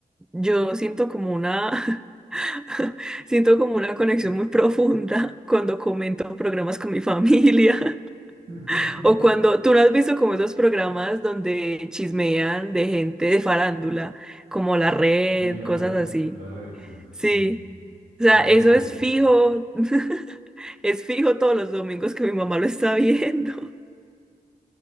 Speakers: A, in the centre; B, on the right.
A: yo siento como una, <laughs> siento como una conexión muy profunda cuando comento programas con mi familia. <laughs>
B: <laughs>
A: O cuando tú no has visto como esos programas donde chismean de gente de farándula, como La Red,
B: sí, la
A: cosas
B: red,
A: así.
B: la red, sí,
A: Sí.
B: sí, sí.
A: O sea,
B: Lo
A: eso
B: odio.
A: es fijo, <laughs> es fijo todos los domingos que mi mamá lo está viendo. <laughs>